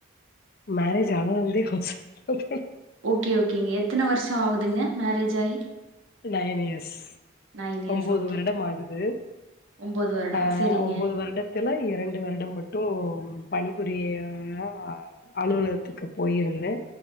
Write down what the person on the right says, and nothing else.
ஓகே ஓகேங்க எத்தன வருஷ ஆகுதுங்க மேரேஜ் ஆயி
நைன் இயர்ஸ்
ஓகே
ஒம்போது வருடோ
செரிங்க